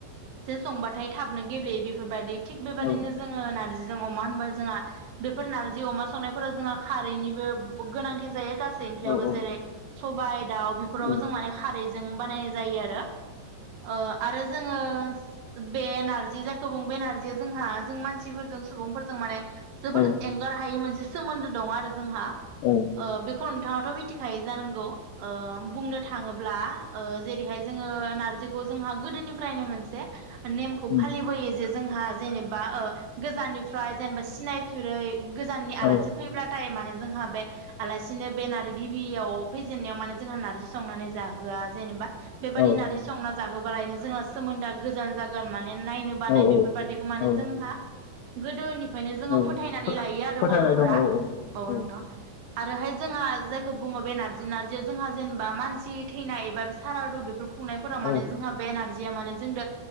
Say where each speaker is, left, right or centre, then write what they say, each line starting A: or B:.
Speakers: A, on the right (about 75°); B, on the left (about 85°).
A: जे संबाथाय थाबनो गेब्लेयो बेफोरबायदि। थिग बेबायदिनो
B: औ
A: जोङो नार्जि जों अमा होनबा जोंहा बेफोर नारजि अमा संनायफोराव जोंहा खारैनि बो गोनांथि जायो। गासै ओंख्रियावबो
B: औ औ
A: जेरै सबाय दाउ बेफोरावबो
B: औ
A: जों माने खारैजों बानायनाय जायो आरो ओ आरो जोङो बे नार्जि जायखौ बुङो बे नारजिया जोंहा जों मानसिफोरजों सुबुंफोरजों माने जोबोद
B: औ
A: एंगार हायै मोनसे सो मोन्दो दं आरो जोंहा।
B: औ
A: ओ बेखौ नोंथाङाथ मि थि खायो जानांगौ ओ बुंनो थाङोब्ला ओ जे जेरै हाय जोङो नार्जिखौ जोंहा गोदोनिफ्रायनो मोनसे नेमखौ
B: उम
A: फालिबोयो जे जोंहा जेनेबा ओ गोजाननिफ्राय जेनेबा सिनायफेरै गोजाननि
B: औ
A: आलासि फैब्लाथाय माने जोंहा बे आलासिनो बे नार गिबियाव फैजेननायाव माने जोंहा नार्जि संनानै जाहो होआ जेनेबा बेबादि
B: औ
A: नारजि संना जाहोबालायनो जोंना सोमोन्दोआ गोजान जागोन माने नायनो बानाय
B: औ
A: बेफोरबायदिखौ माने
B: औ
A: जोंहा गोदोनि फायनो जोङो
B: औ
A: फोथायनानै लायो आरो
B: फोथायनाय
A: बरफोरा।
B: दं औ
A: नंगौ
B: औ
A: नोंथां आरोहाय जोंहा जायखौ बुङो बे नार्जि नार्जियाव जोंहा जेनेबा मानसि थैनाय एबा सारादु बेफोरखौ खुंनायफोराव माने
B: औ
A: जोंहा बे नार्जि जिया माने जों दो